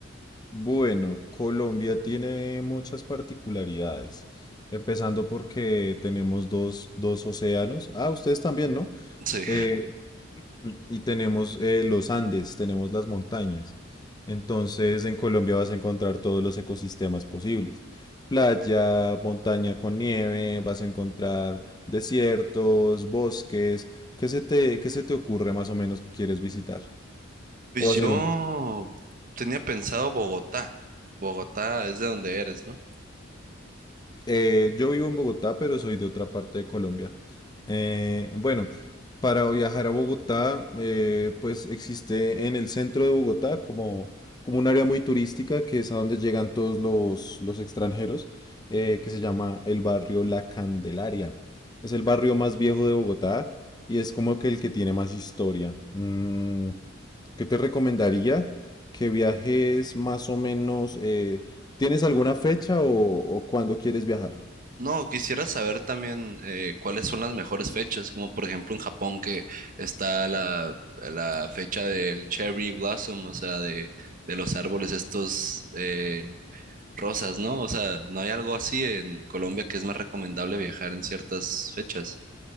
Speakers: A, on the left; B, on the right.
A: Bueno, Colombia tiene muchas particularidades, empezando porque tenemos dos, dos océanos. Ah, ustedes también, ¿no?
B: Sí,
A: Eh, Mm, Y tenemos eh, los Andes, tenemos las montañas. Entonces, en Colombia vas a encontrar todos los ecosistemas posibles. Playa, montaña con nieve, vas a encontrar desiertos, bosques. ¿Qué se te, qué se te ocurre más o menos que quieres visitar?
B: pues
A: O
B: yo
A: hacer un
B: tenía pensado Bogotá. Bogotá es de donde eres, ¿no?
A: Eh, yo vivo en Bogotá, pero soy de otra parte de Colombia. Eh, bueno, para viajar a Bogotá, eh, pues existe en el centro de Bogotá como, como un área muy turística que es a donde llegan todos los, los extranjeros, eh, que se llama el barrio La Candelaria. Es el barrio más viejo de Bogotá y es como que el que tiene más historia. Mm, ¿qué te recomendaría? Que viajes más o menos... eh, ¿Tienes alguna fecha o, o cuándo quieres viajar?
B: No, quisiera saber también eh, cuáles son las mejores fechas, como por ejemplo en Japón que está la, la fecha del cherry blossom, o sea, de, de los árboles estos eh, rosas, ¿no? O sea, ¿no hay algo así en Colombia que es más recomendable viajar en ciertas fechas?